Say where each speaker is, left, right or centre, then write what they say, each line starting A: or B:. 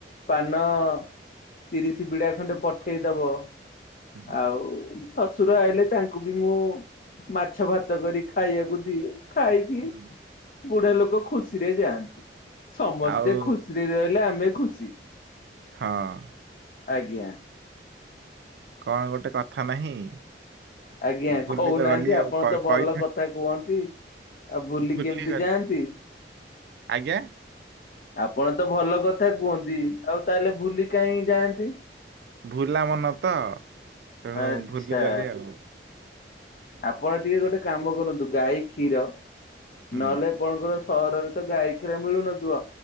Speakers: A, on the left (about 50°); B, on the right (about 65°).
A: ପାନ। ତିରିସି ବିଡା ଖଣ୍ଡେ ପଠେଇଦବ
B: ହୁଁ
A: ଆଉ ଶଶୁର ଆଇଲେ ତାଙ୍କୁ ବି ମୁଁ ମାଛ ଭାତ କରି ଖାଇବାକୁ ଦିଏ। ଖାଇକି
B: ହୁଁ
A: ବୁଢା ଲୋକ ଖୁସିରେ ଯାଆନ୍ତି। ସମସ୍ତେ
B: ଆଉ
A: ଖୁସିରେ ରହିଲେ ଆମେ ଖୁସି।
B: ହଁ।
A: ଆଜ୍ଞା।
B: କଣ ଗୋଟେ କଥା ନାହିଁ?
A: ଆଜ୍ଞା
B: ଭୁଲି
A: କହୁନାହାନ୍ତି
B: ତ ଗଲି
A: ଆପଣତ
B: ଆଉ କ-
A: ଭଲ
B: କହିଥା
A: କଥା କୁହନ୍ତି। ବୁଲିିକି
B: ଭୁଲି
A: ଏମିତି
B: ଗଲି
A: ଯାଆନ୍ତି।
B: ଆଜ୍ଞା
A: ଆପଣତ ଭଲକଥା କୁହନ୍ତି ଆଉ ତାହେଲେ ଭୁଲି କାହିଁ ଯାଆନ୍ତି?
B: ଭୁଲା ମନ ତ। ତେଣୁ
A: ଆଚ୍ଛା।
B: ଭୁଲି ଗଲି ଆଉ।
A: ଆପଣ ଟିକେ ଗୋଟେ କାମ କରନ୍ତୁ। ଗାଈ କ୍ଷୀର
B: ହୁଁ
A: ନହେଲେ ଆପଣଙ୍କର ସହରରେତ ଗାଈ କ୍ଷୀର ମିଳୁନଥିବ